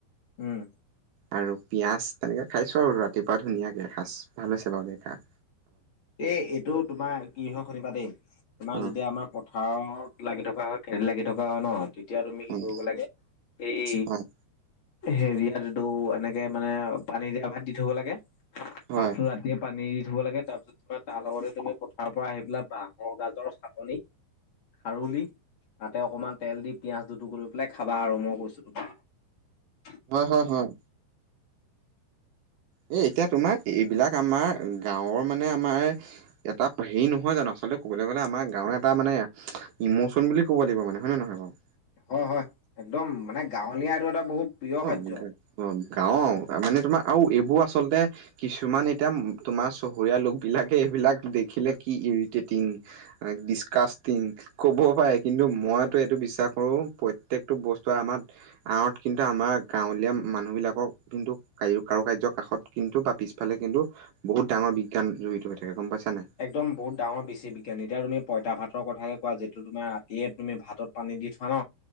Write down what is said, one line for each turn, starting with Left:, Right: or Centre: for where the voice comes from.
Left: উম,
Right: আৰু পিয়ঁয়াজ তেনেকে খাইছো আৰু ৰাতিপুৱা ধুনীয়াকে এসজ ভাল হৈছে বাৰু খাই।
Left: এই এইটো তোমাৰ কিহ শুনিবা দেই তোমাৰ
Right: অ
Left: যেতিয়া আমাৰ পথাৰত লাগি থকা হয় খে লাগি থকা হয় ন'। তেতিয়া তুমি কি
Right: উম
Left: কৰিব লাগে এই
Right: হয়
Left: হেৰিয়াত আটো এনেকে মানে পানী দিয়া ভাত দি থ'ব লাগে।
Right: হয়
Left: হাতটো ৰাতিয়ে পানী দি থ'ব লাগে তাৰপিছত তমাৰ তাৰ লগতে তুমি পথাৰৰ পৰা আহি পেলা বাহৰ গাজৰ চাটনি খাৰলি তাতে অকমান তেল দি পিয়ঁয়াজ দুটুকুৰ লৈ পেলাই খাবা আৰু মই কৈছো তুমাক।
Right: হয়, হয়, হয়। এ এতিয়া তোমাৰ এইবিলাক আমাৰ গাঁওৰ মানে আমাৰ এটা হেৰি নহয় জানো আচলতে ক'বলৈ গলে আমাৰ গাঁৱৰ এটা মানে ইমচন বুলি কব লাগ মানে হয় নে নহয় বাৰু।
Left: হয়, হয় একদম মানে গাঁৱলীয়া আৰু এটা বহুত প্ৰিয়
Right: অম
Left: খাদ্য
Right: অম গাও মানে তোমাৰ আৰু এইবোৰ আচলতে কিছুমান এতিয়া তোমাৰ চহৰীয়া লোক বিলাকে এইবিলাক দেখিলে কি এৰিতেটিন দিস্কেছ তিং ক'ব পাৰে কিন্তু মই এইটো বিশ্বাস কৰো প্ৰত্যেকটো বস্তু আমাৰ আত কিন্তু এ আমাৰ গাঁৱলীয়া মানুহ বিলাকক কিন্তু কাৰ কাৰু কাৰ্যৰ কাষত কিন্তু বা পিছফালে কিন্তু বহুত ডাঙৰ বি <inaudible> জড়িত‌ হৈ থাকে গম পাইছা। নাই
Left: একদম বহুত ডাঙৰ বেছি বিজ্ঞান এতিয়া তুমি। পইতা ভাতৰ কথাকে কোৱা যিটো তোমাৰ ৰাতিয়ে তুমি ভাতত পানী দি থোৱা ন।